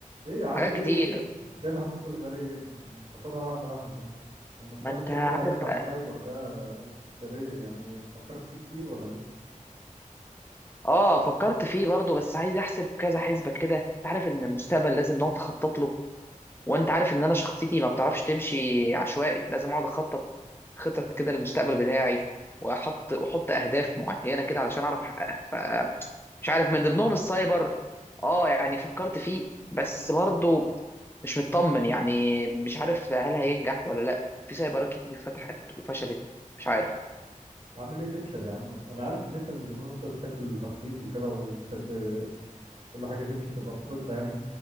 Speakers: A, on the right (about 55°); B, on the left (about 15°).
A: ايه يا عم
B: حاجات
A: ايه
B: كتير
A: ايه انت شايل هم كل ده ليه يا ابني طب تاخدها واحدة واحدة يعني المشروع
B: ما انت
A: اللي انت قلت
B: عارف
A: لي عليه بتاع
B: بقى
A: السايبر ده ده ليه يعني فكرت فيه كتير ولا لسه
B: اه فكرت فيه برضه بس عايز احسب كذا حسبة كده انت عارف ان المستقبل لازم نقعد نخطط له وانت عارف ان انا شخصيتي ما بتعرفش تمشي عشوائي لازم اقعد اخطط خطط كده للمستقبل بتاعي واحط واحط اهداف معينه كده علشان اعرف احققها فمش عارف من ضمنهم السايبر اه يعني فكرت فيه بس برضه مش مطمن يعني مش عارف هل هينجح ولا لا في سايبرات كتير فتحت وفشلت مش عارف
A: يا عم ليه تفشل يا عم انا عارف ان انت من زمان وانت بتحب التخطيط وكده وبتحب كل حاجة تمشي تبقى بخطة يعني